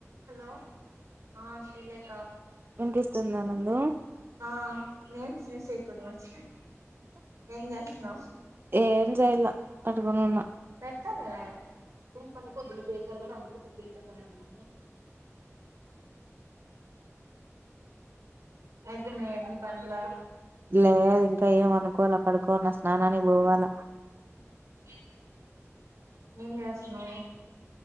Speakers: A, on the right; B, on the right.
A: hello ఆ తెలియక
B: వినిపిస్తుందా నందు
A: ఆ నేమ్స్ యూస్ చేయకూడదు మర్చిపోయిన ఏం చేస్తున్నావు
B: ఏం చేయలా పడుకొని ఉన్నా
A: పెడతాలే ఏం పని పొద్దున్న పోయి కాడ పోయిన అందుకే చూటి చుట్టమన్ను అయిపోయినయా అన్ని పనులు
B: లేదు ఇంకా ఏం అనుకోలే పడుకోవన్న స్నానానికి పోవాల
A: <inaudible> చేస్తున్నావ్